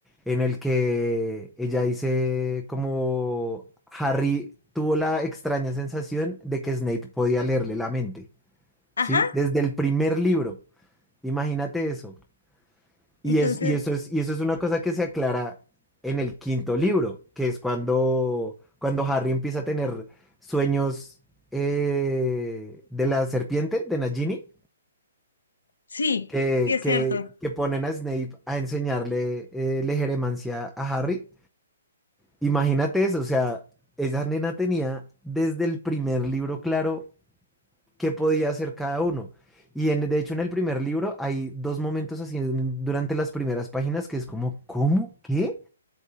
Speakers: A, in the centre; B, on the left (about 65°).
A: en el que ella dice como Harry tuvo la extraña sensación de que Snape podía leerle la mente,
B: ajá,
A: ¿sí? Desde el primer libro, imagínate eso. Y,
B: entonces,
A: es, y, eso es, y eso es una cosa que se aclara en el quinto libro, que es cuando, cuando Harry empieza a tener sueños eh, de la serpiente, de Nagini,
B: sí,
A: que,
B: sí es
A: que,
B: cierto,
A: que ponen a Snape a enseñarle eh, legeremancia a Harry. Imagínate eso, o sea, esa nena tenía desde el primer libro claro qué podía hacer cada uno. Y en- de hecho en el primer libro hay dos momentos así en- durante las primeras páginas que es como, ¿cómo? ¿Qué?